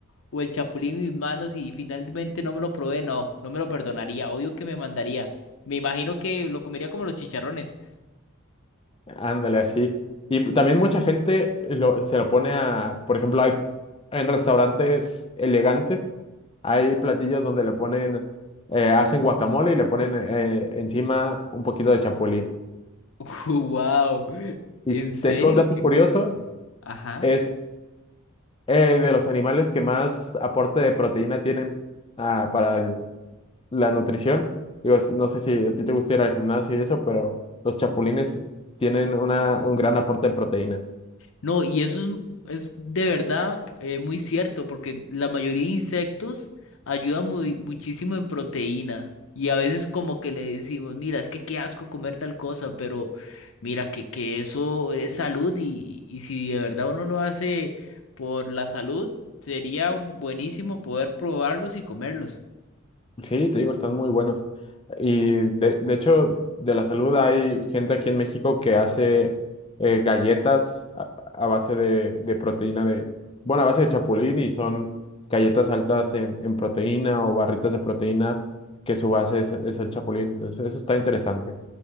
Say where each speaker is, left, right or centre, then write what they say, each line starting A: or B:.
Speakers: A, on the left (about 70°); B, on the left (about 25°).
A: o el chapulín en mis manos y finalmente no me lo probé, no, no me lo perdonaría, obvio que me mandaría. Me imagino que lo comería como los chicharrones.
B: Ándale, así. Y también mucha gente lo- se lo pone a, por ejemplo, hay en restaurantes elegantes, hay platillos donde le ponen, eh, hacen guacamole y le ponen eh, encima un poquito de chapulín.
A: <laughs> Wow, en
B: Y
A: serio,
B: te digo un dato
A: qué
B: curioso,
A: curioso. Ajá.
B: es eh, de los animales que más aporte de proteína tienen ah, para el- la nutrición. Digo, es- no sé si a ti te gusta ir al gimnasio y eso, pero los chapulines tienen una, un gran aporte de proteína.
A: No, y eso es, es de verdad eh, muy cierto, porque la mayoría de insectos ayudan muy- muchísimo en proteína. Y a veces como que le decimos, mira, es que qué asco comer tal cosa, pero mira que, que eso es salud y, y si de verdad uno lo hace por la salud, sería buenísimo poder probarlos y comerlos.
B: Sí, te digo, están muy buenos. Y de, de hecho, de la salud hay gente aquí en México que hace eh, galletas a, a base de, de proteína de, bueno, a base de chapulín y son galletas altas en, en proteína o barritas de proteína que su base es, es el chapulín. Entonces, eso está interesante.